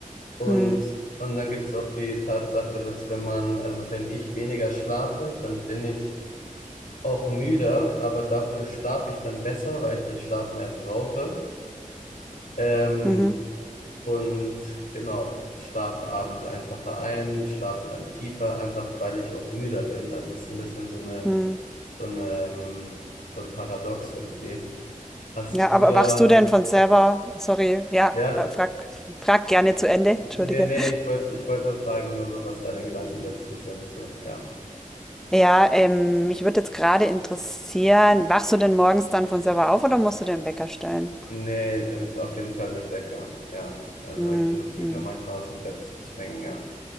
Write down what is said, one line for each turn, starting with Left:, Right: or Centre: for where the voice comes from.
Left: Und,
Centre: Mhm.
Left: und dann gibt's auch die Tatsache, dass wenn man, also wenn ich weniger schlafe, dann bin ich auch müder, aber dafür schlafe ich dann besser, weil ich den Schlaf mehr brauche. Ähm,
Centre: Mhm.
Left: und genau, schlaf abends einfacher ein, schlafe dann tiefer, einfach weil ich auch müder bin. Also es ist ein bisschen so eine,
Centre: Mhm.
Left: so eine, ähm, so ein Paradox irgendwie. Hast
Centre: Ja,
Left: du
Centre: aber
Left: da,
Centre: wachst du denn von selber sorry, ja,
Left: ja?
Centre: äh, frag frag gerne zu Ende, entschuldige.
Left: Nee, nee, ich wollte, ich wollte nur fragen, nur so, was deine Gedanken dazu sind, so, ja.
Centre: Ja, ähm, mich würde jetzt gerade interessieren, wachst du denn morgens dann von selber auf oder musst du den Wecker stellen?
Left: Nee, ähm, auf jeden Fall mit Wecker, ja. Also
Centre: Mhm,
Left: ich muss mich
Centre: mhm.
Left: auch manchmal aus dem Bett zwingen,